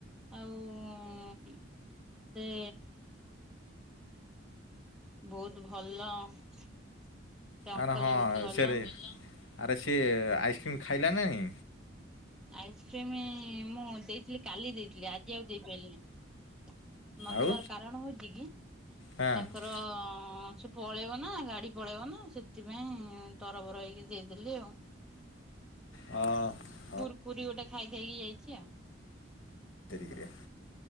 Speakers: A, in the centre; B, on the left (about 85°).
A: ଆଉ ସେ। ବହୁତ ଭଲ, ସେ ଅଙ୍କଲ
B: ଆରେ ହଁ
A: ବହୁତ ଭଲ।
B: ସେରେ ଆରେ ସିଏ ଆଇସ୍ କ୍ରିମ୍ ଖାଇଲା ନାହିଁ।
A: ଆଇସ୍କ୍ରିମି ମୁଁ ଦେଇଥିଲି, କାଲି ଦେଇଥିଲି, ଆଜି ଆଉ ଦେଇପାରିଲିନି। ନ
B: ଆଉ
A: ଦବାର କାରଣ ହଉଛି କି!
B: ହଁ ଅ
A: ତାଙ୍କର ସେ ପଳେଇବ ନା ଗାଡି ପଳେଇବ ନା ସେଥିପାଇଁ ତରବର ହେଇକି ଦେଇଦେଲି ଆଉ।
B: ହଁ।
A: କୁୁରକୁରି ଗୋଟେ ଖାଇ ଖାଇକି ଯାଇଛି ଆଉ।
B: ରେ।